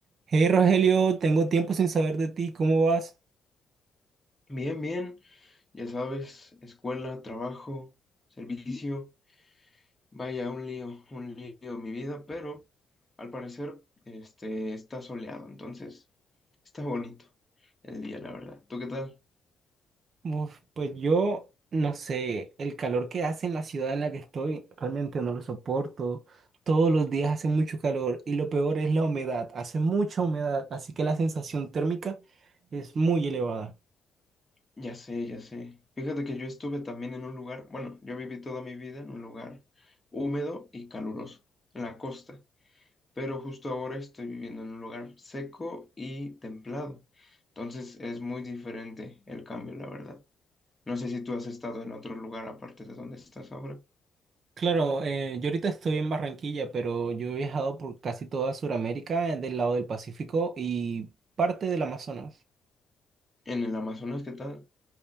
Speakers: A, on the right (about 55°); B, on the left (about 15°).
A: Hey Rogelio, tengo tiempo sin saber de ti, ¿cómo vas?
B: Bien, bien, ya sabes, escuela, trabajo, servicio, vaya, un lío, un lío mi vida, pero al parecer este está soleado, entonces está bonito el día, la verdad. ¿Tú qué tal?
A: Uf, pues yo no sé, el calor que hace en la ciudad en la que estoy realmente no lo soporto. Todos los días hace mucho calor y lo peor es la humedad, hace mucha humedad, así que la sensación térmica es muy elevada.
B: Ya sé, ya sé. Fíjate que yo estuve también en un lugar, bueno, yo viví toda mi vida en un lugar húmedo y caluroso, en la costa, pero justo ahora estoy viviendo en un lugar seco y templado, entonces es muy diferente el cambio, la verdad. No sé si tú has estado en otro lugar aparte de donde estás ahora.
A: Claro, eh, yo ahorita estoy en Barranquilla, pero yo he viajado por casi toda Sudamérica, del lado del Pacífico y parte del Amazonas.
B: En el Amazonas, ¿qué tal?